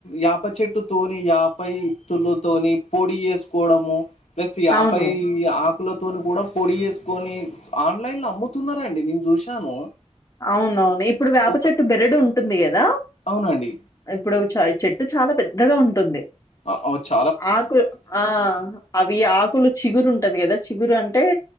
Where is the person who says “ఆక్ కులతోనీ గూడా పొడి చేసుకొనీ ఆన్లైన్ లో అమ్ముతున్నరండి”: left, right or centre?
Left